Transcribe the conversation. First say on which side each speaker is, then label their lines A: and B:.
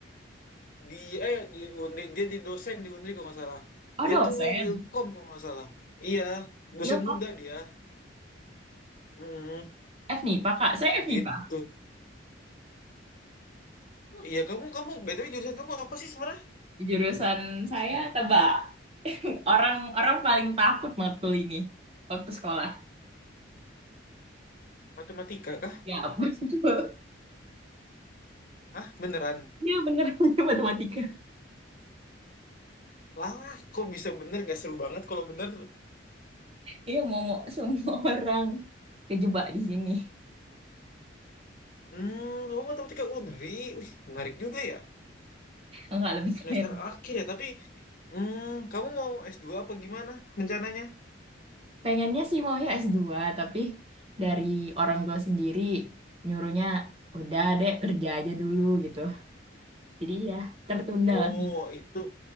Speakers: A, on the left; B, on the right.
A: di eh di Unri dia di dosen di Unri kalau nggak salah
B: Oh,
A: dia
B: dosen.
A: tuh ilkom kalau nggak salah iya dosen
B: Iya, Kak.
A: muda dia Mm,
B: FMIPA, Kak. Saya FMIPA.
A: gitu oh, iya kamu kamu btw jurusan kamu apa sih sebenarnya
B: Jurusan saya tebak. <laughs> Orang orang paling takut matkul ini waktu sekolah.
A: matematika kah
B: Ya, <laughs> betul.
A: Hah beneran
B: Iya, bener. <laughs> Matematika.
A: lah kok bisa bener nggak seru banget kalau bener
B: Iya, mau, mau semua <laughs> orang kejebak di sini.
A: hmm kamu matematika Unri wih menarik juga ya
B: Enggak lebih keren.
A: semester akhir ya tapi hmm kamu mau s dua apa gimana rencananya
B: Pengennya sih mau ya s dua tapi dari orang tua sendiri nyuruhnya udah deh kerja aja dulu gitu. Jadi ya tertunda
A: oh
B: lah.
A: itu